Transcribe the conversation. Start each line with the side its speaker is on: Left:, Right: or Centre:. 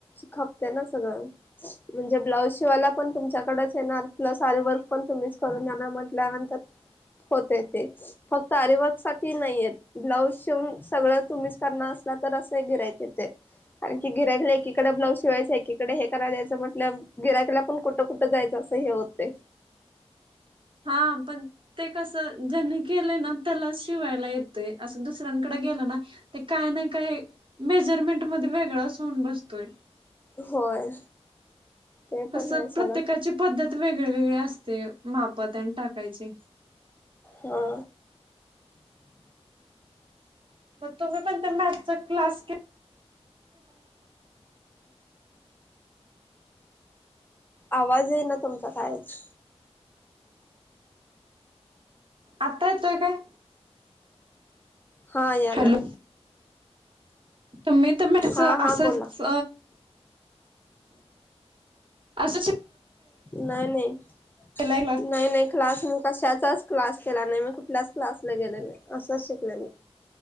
Left: खपते ना सगळं म्हणजे ब्लाउज शिवायला पण तुमच्याकडेच येणार प्लस आरवर्क पण तुम्हीच करून देणार म्हटल्यानंतर. होत ते फक्त आरीवर्क साठी नाहीयत ब्लाऊज शेवून सगळं तुम्हीच करणार तर असं गिराईच ते कारखी गिराकला एकीकडे ब्लाउज शिवायचं एकीकडे हे करालायचंटलं गियकला पण कुठं कुठं जायचं. स हे होतय.
Right: <inaudible> हा पण ते कस ज्यांनी केलं ना त्याला शिवायला येतंय अस दुसऱ्यान कडे गेलं ना ते काय ना काय मेजरमेंट मध्ये वेगळा अस होन बसतोय
Left: होय. ते
Right: कसं
Left: पण आहे सगळं
Right: प्रत्येकाची पद्धत वेगळी वेगळी असते माप तेन टाकायचे
Left: हा.
Right: मग तो पण मॅथचा क्लास <inaudible>
Left: आवाज आहे ना तुमचा कायच.
Right: आता येतोय काय.
Left: हा याला.
Right: हॅलो तुम्ही तर म
Left: हा
Right: असंच
Left: हा बोला
Right: अस
Left: नाही नाही
Right: केलाय क्लास
Left: नाही नाही क्लास मु कशाचाच क्लास केला नाही मी कुठल्याच क्लासला गेले नाही असंच शिकले मी.